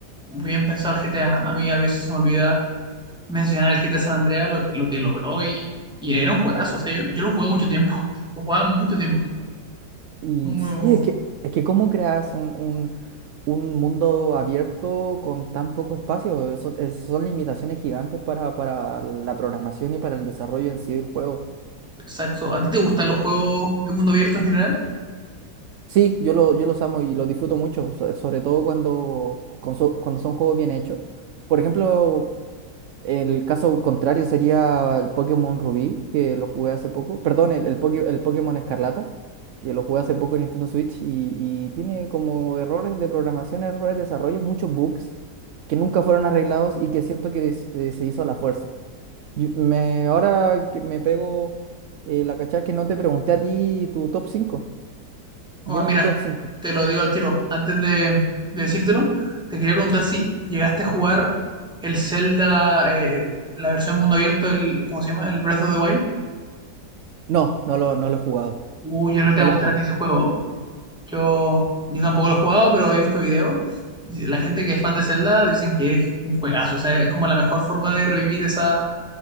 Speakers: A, in the centre; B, on the right.
A: bien pensado el GTA. A A mí a veces se me olvida mencionar el GTA San Andreas, lo, que- lo que logró y, y era un juegazo. O sea, yo, yo lo jugué mucho tiempo. <laughs> Lo jugaba mucho tiempo.
B: Y
A: Un muy
B: sí,
A: buen juego.
B: es que, es que cómo creas un, un- un mundo abierto con tan poco espacio. Son, es- son limitaciones gigantes para, para la programación y para el desarrollo en sí del juego.
A: Exacto. ¿A ti te gustan los juegos de mundo abierto en general?
B: Sí, yo, lo, yo los amo y los disfruto mucho, so- sobre todo cuando, con so- cuando son juegos bien hechos. Por ejemplo, el caso contrario sería el Pokémon Rubí, que lo jugué hace poco. Perdón, el, el, Poké- el Pokémon Escarlata, que lo jugué hace poco en Nintendo Switch y, y tiene como errores de programación, errores de desarrollo, muchos bugs que nunca fueron arreglados y que siento que es- eh, se hizo a la fuerza. Yo- me, ahora que me pego eh, la cachada que no te pregunté a ti tu top 5.
A: O
B: Dime
A: ah, mira,
B: tu top 5.
A: te lo digo al tiro. Antes de, de decírtelo, te quería preguntar si llegaste a jugar el Zelda, eh, la versión mundo abierto, el, ¿cómo se llama? El Breath of the Wild.
B: No, no lo, no lo he jugado.
A: Uy, yo creo que te
B: No
A: va
B: lo
A: a gustar
B: jugué.
A: a ti ese juego. Yo, yo tampoco lo he jugado, pero he visto videos. La gente que es fan de Zelda dicen que es un juegazo, o sea, es como la mejor forma de revivir esa,